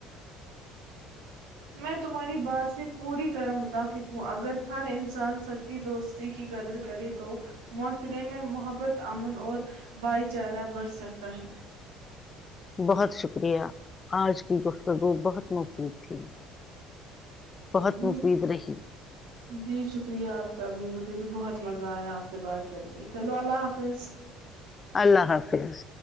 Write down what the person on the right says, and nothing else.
میں تمہاری بات سے پوری طرح م پھر اگر ہر انسان سچی دوست کی قدر کرے تو معاشرے میں محبت امن اور بھائی چارہ بڑھ سکتا ہے
جی
جی شکریہ آپ کابھی مجھے بھی بہت مزہ آیا آپ سے بات کر کے چلو اللہ حافظ